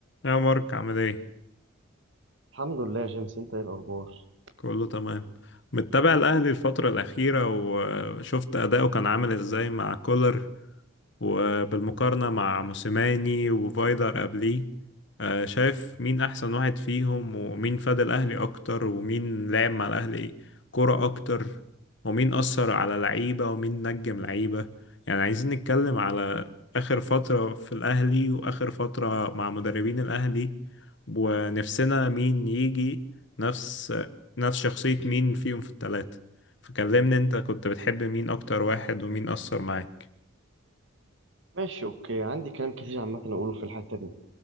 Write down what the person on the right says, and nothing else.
الحمد لله يا جيمس انت ايه الاخبار
ماشي اوكي عندي كلام كتير عامه اقوله في الحته دي